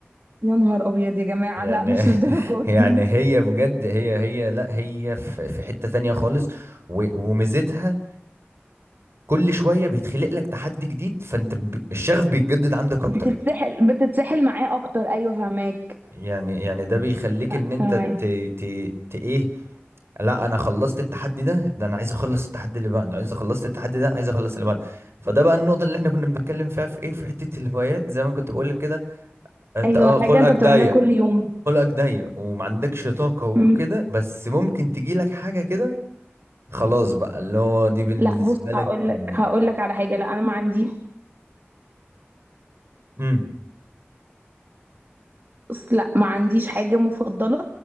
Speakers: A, on the right; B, on the right.
A: يا نهار ابيض يا جماعة
B: يعني
A: لا مش
B: <laughs>
A: للدرجات
B: يعني
A: دي
B: هي بجد هي هي لا هي في في حته تانية خالص و... وميزتها كل شويه بيتخلق لك تحدي جديد فانت ب... الشغف بيتجدد عندك اكتر
A: بتتسحل بتتسحل معاه اكتر ايوه فهماك
B: يعني يعني ده بيخليك
A: لا
B: ان انت
A: فاهمة
B: ت... ت... ت... ايه لا انا خلصت التحدي ده ده انا عايز اخلص التحدي اللي بعده عايز اخلص التحدي ده أنا عايز اخلص اللي بعده فده بقى النقطه اللي احنا كنا بنتكلم فيها في ايه في حته الهوايات زي ما أنا كنت بقول لك كده انت
A: ايوه
B: اه خلقك
A: حاجه انت بتعملها
B: ضيق
A: كل يوم
B: خلقك ضيق وما عندكش طاقه وكده
A: مم.
B: بس ممكن تجي لك حاجه كده خلاص بقى اللي هو دي بالنسبه
A: لا بص
B: لك
A: هقول لك
B: آه،
A: هقول لك على حاجه لا انا ما عندي
B: امم
A: بص، لا ما عنديش حاجه مفضله